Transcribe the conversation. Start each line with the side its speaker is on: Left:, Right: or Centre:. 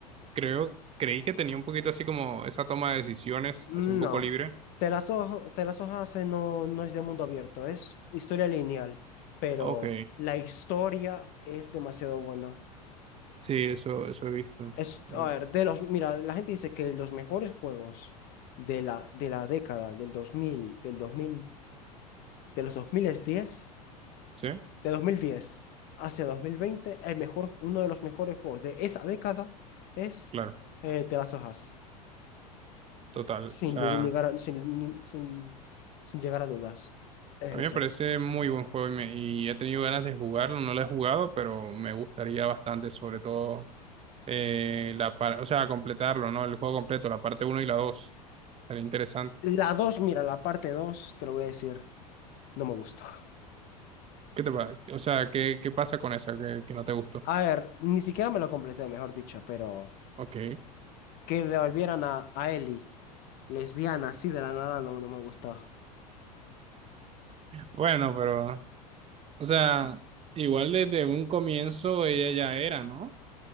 Right: creo, creí que tenía un poquito así como esa toma de decisiones,
Left: No,
Right: así un poco libre.
Left: The Last of, The Last of Us eh, no, no es de mundo abierto, es historia lineal, pero
Right: Ok,
Left: la historia es demasiado buena.
Right: sí, eso, eso he visto.
Left: Es,
Right: Mm,
Left: a ver, de los, mira, la gente dice que los mejores juegos de la, de la década del dos mil del dos mil de los dos mil diez
Right: Sí,
Left: de 2010 hacia dos mil veinte el mejor, uno de los mejores juegos de esa década es
Right: claro,
Left: eh, The Last of Us.
Right: total.
Left: Sin,
Right: O sea,
Left: lu- ni gar- sin, ni- sin, sin llegar a dudas. Es
Right: a mí me parece
Left: ese.
Right: muy buen juego y, me- y he tenido ganas de jugarlo. No lo he jugado, pero me gustaría bastante, sobre todo, eh, la par- o sea, completarlo, ¿no? El juego completo, la parte uno y la dos Sería interesante.
Left: La dos mira, la parte dos te lo voy a decir, no me gustó.
Right: ¿Qué te pasa? O sea, ¿qué, qué pasa con esa que, que no te gustó?
Left: A ver, ni siquiera me lo completé, mejor dicho, pero
Right: Ok.
Left: que devolvieran a, a Ellie. Lesbiana, así de la nada no, no me gustaba.
Right: Bueno, pero O sea, igual desde un comienzo ella ya era, ¿no?